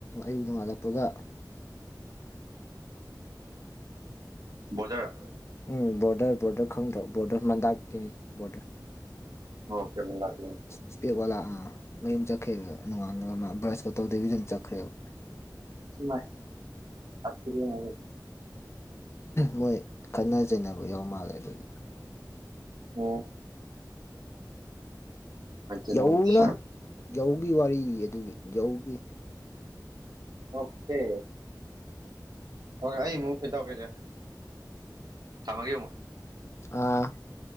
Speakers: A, on the left; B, on the right.
A: ꯑꯌꯨꯛ ꯅꯣꯡꯉꯥꯜꯂꯛꯄꯒ
B: ꯕꯖꯔ
A: ꯎꯝ ꯕꯣꯔꯗꯔ ꯕꯣꯔꯗꯔ ꯈꯪꯗ꯭ꯔꯣ ꯕꯣꯔꯗꯔ ꯃꯟꯗꯛꯀꯤꯅꯤ ꯕꯣꯔꯗꯔ
B: ꯑꯣꯀꯦ ꯃꯥꯛ
A: ꯏꯁꯄꯦꯛ ꯋꯥꯂꯥ ꯑꯥ ꯃꯌꯨꯝ ꯆꯠꯈ꯭ꯔꯦꯗ ꯅꯣꯡꯉꯥꯂ ꯃꯥ ꯕ꯭ꯔꯁꯀ ꯇꯧꯗꯕꯤꯗꯤ ꯑꯗꯨꯝ ꯆꯠꯈ꯭ꯔꯦꯕ
B: ꯃꯥꯏ ꯆꯁꯤꯔꯤꯦ
A: ꯃꯣꯏ ꯈꯠꯅ ꯆꯩꯅꯕ ꯌꯥꯎ ꯃꯥꯜꯂꯦ ꯑꯗꯨꯒꯤ
B: ꯑꯣ ꯅꯨꯡꯉꯥꯏꯇꯦ
A: ꯌꯧꯅ ꯌꯧꯒꯤ ꯋꯥꯔꯤ ꯑꯗꯨꯒꯤ ꯌꯧꯒꯤ
B: ꯑꯣꯀꯦ ꯑꯣ ꯑꯩ ꯑꯃꯨ ꯄꯤ ꯇꯧ ꯀꯦꯁꯦ ꯇꯃꯒꯦ
A: ꯑꯥ